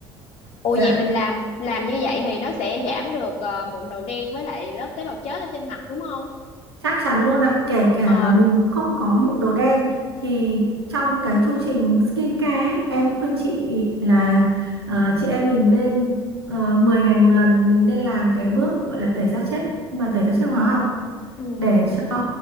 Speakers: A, on the left; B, on the right.
A: Ủa
B: dạ
A: vậy mình làm làm như vậy thì nó sẽ giảm được ờ, mụn đầu đen với lại lớp tế bào chết ở trên mặt đúng không?
B: Chắc chắn luôn ạ, kể cả
A: Ờ.
B: là mình không có mụn đồ đen thì trong cái chu trình skincare ấy, em khuyên chị là ờ, chị em mình nên ờ, 10 ngày một lần mình nên làm cái bước gọi là tẩy da chết mà tẩy da chết hóa học
A: Ừ.
B: để cho